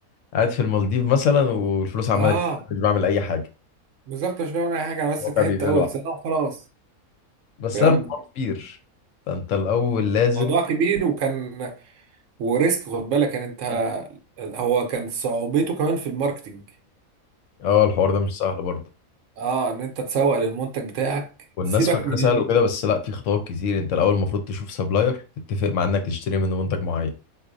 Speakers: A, on the left; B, on the right.
A: قاعد في المالديف مثلا والفلوس عماله
B: اه
A: تجيلي، مش بعمل اي حاجه
B: بالظبط مش بعمل اي حاجه انا بس
A: الواقع
B: تعبت
A: بيبيع
B: اول
A: لوحده
B: سنه وخلاص
A: بس
B: فاهم
A: لا الموضوع كبير فانت الاول لازم
B: موضوع كبير وكان وريسك خد بالك يعني انت
A: مم.
B: هو كان صعوبته كمان في الماركتينج
A: اه الحوار ده مش سهل برضه
B: اه ان انت تسوق للمنتج بتاعك
A: والناس
B: سيبك
A: فاكره
B: من
A: سهل
B: ال-
A: وكده بس لا في خطوات كتير انت الاول المفروض تشوف سبلاير تتفق مع انك تشتري منه منتج معين